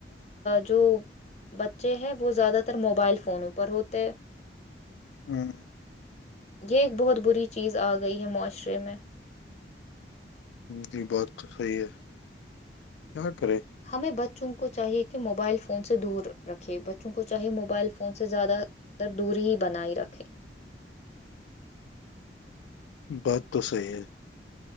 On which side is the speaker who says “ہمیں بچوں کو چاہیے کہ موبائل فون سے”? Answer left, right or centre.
Left